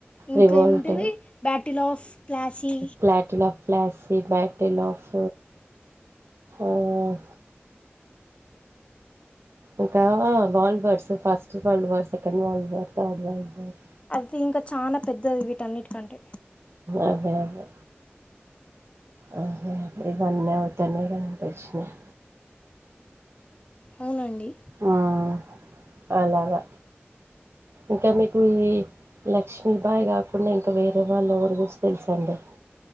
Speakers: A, on the left (about 25°); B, on the right (about 80°).
A: ఇంక
B: రివోల్ట్
A: ఏంటది battle of Plassey
B: battle of Plassey battle of ah ఇంకా world wars first world war second world war third world war
A: అ ఇంకా చాలా పెద్దది వీటన్నిటికంటే
B: అదే అదే అ ఇవన్నీ అవుతనే కదా ఇవి వచ్చినాయి
A: అవునండి
B: ఆహ్ అలాగా ఇంకా మీకు ఏ లక్ష్మీ బాయ్ కాకుండా ఇంకా వేరే వాళ్ళ గురించి ఎవరి గురించి తెలుసండి